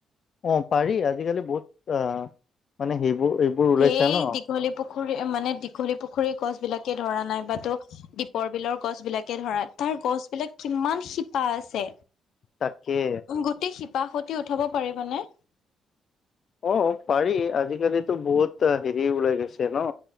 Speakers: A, on the left (about 55°); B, on the left (about 75°).
A: অ' পাৰি আজিকালি বহুত আহ মানে সেইবোৰ এইবোৰ ওলাইছে
B: সেই
A: ন
B: দীঘলী পুখুৰী মানে দীঘলী পুখুৰীৰ গছ বিলাকে ধৰা নাই বাট দীপৰ বিলৰ গছ বিলাকে ধৰা তাৰ গছবিলাক কিমান। পা আছে
A: তাকে।
B: গোটেই শি বা সুতি উঠাব পাৰিবনে?
A: অ পাৰি আজিকালি বহুত হেৰি ওলাই গৈছে ন